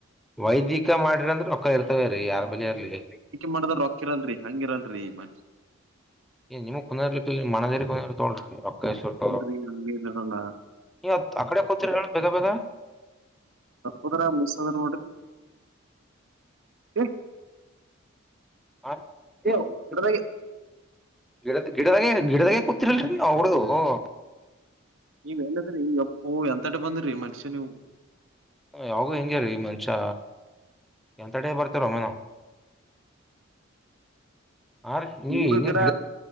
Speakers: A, in the centre; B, on the right (about 70°).
A: ವೈದ್ಯಕೀಯ ಮಾಡಿರಂದ್ರ ರೊಕ್ಕ ಇರ್ತವ ರೀ ಯಾರ ಬಲ್ಲೆ ಇರ್ಲಿ.
B: ಮಾಡದ್ ರೊಕ್ಕಿರಲ್ನ್ರಿ ಹಂಗಿರಲ್ರರಿ ಮನ್
A: ನಿಮ ಕುಂದರ್ಲಿಕ್ಕ ಮನದೇರಿ ಕು ತೊಳ್ರಿ ರಕ್ಕ <unintelligible>
B: ಇಲ್ರಿ ಹಂಗೇನಿರಲ್ಲ
A: ಈತ್ ಆಕಡೆ ಕೊತೀರ ಹೇಳು ಬೇಗ ಬೇಗ
B: ತದ್ರ ಮಿಸ್ದ್ರ ನೋಡ್ರಿ <unintelligible> <inaudible> ಏ
A: ಹ <inaudible>
B: ಏ, ಕಡ್ದಾಗೆ
A: ಗಿಡದ ಗಿಡದಾಗೆ ಗಿಡದಾಗೆ ಕೂತಿರಲ್ರಿ ನೀಡದು <unintelligible>
B: ನೀವ್ ಎಲ್ಲದ್ರಿ ಎಪ್ಪೊ ಎಂತಟ ಬಂದ್ರಿ ಮನುಷ್ಯರ ನೀವು
A: ಯಾವಾಗಲು ಹೆಂಗೇರಿ ಮನುಷ್ಯ ಎಂತ ಟೇ ಬರ್ತಾರ ಒಮ್ಮೆ. ಹ ರೀ
B: ನಿಮ್ದು
A: ನೀ
B: ಗಿಡ
A: <inaudible>